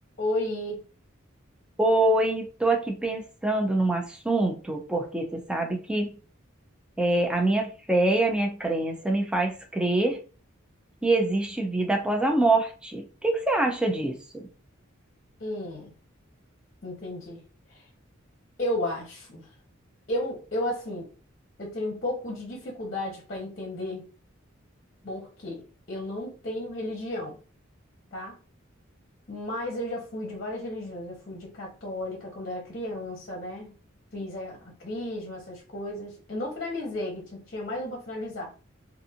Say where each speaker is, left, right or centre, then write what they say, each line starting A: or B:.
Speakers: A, on the left (about 45°); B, in the centre.
A: Oi,
B: Oi, estou aqui pensando num assunto, porque você sabe que eh, a minha fé e a minha crença me faz crer que existe vida após a morte. O que que você acha disso?
A: hum, entendi. Eu acho. Eu, eu assim, eu tenho um pouco de dificuldade para entender porque eu não tenho religião, tá? Mas eu já fui de várias religiões. Eu fui de católica quando era criança, né? Fiz a, a crisma, essas coisas. Eu não finalizei, que ti- tinha mais um para finalizar.